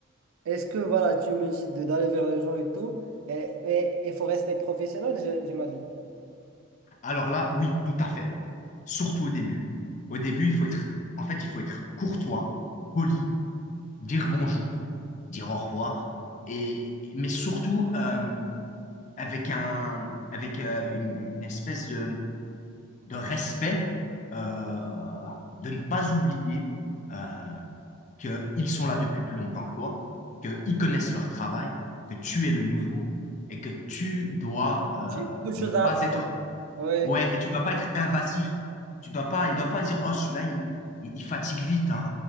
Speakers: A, on the right; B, on the left.
A: est-ce que, voilà, tu me dis de- d'aller vers les gens et tout, et il faut rester professionnel, je- j'imagine.
B: Alors là, oui, tout à fait. surtout au début. Au début, il faut être, en fait, il faut être courtois, poli, dire bonjour, dire au revoir, et mais surtout euh, avec un, avec euh, une, une espèce de, de respect, euh, de ne pas oublier euh, que ils sont là depuis plus longtemps que toi, qu'ils connaissent leur travail, que tu es le nouveau et que tu dois euh,
A: J'ai beaucoup de choses
B: ne pas
A: à apprendre.
B: être
A: Oui.
B: Ouais, et tu dois pas être invasif. Tu dois pas, il doit pas dire, oh, celui-là, il, il- il fatigue vite, hein.